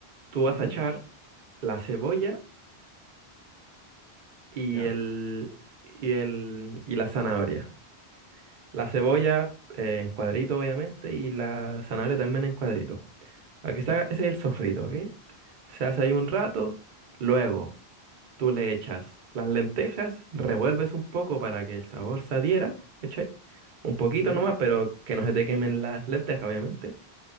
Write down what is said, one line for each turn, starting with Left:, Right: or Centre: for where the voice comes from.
Right: tú vas
Left: Ujú,
Right: a echar la cebolla, y
Left: Ya.
Right: el, y el, y la zanahoria. La cebolla eh, en cuadrito, obviamente, y la zanahoria también en cuadrito. Aquí se haga, ese es el sofrito, ¿ok? Se hace ahí un rato, luego tú le echas las lentejas, revuelves un poco para que el sabor se adhiera, ¿cachai? Un poquito
Left: ujú,
Right: nomás, pero que no se te quemen las lentejas, obviamente.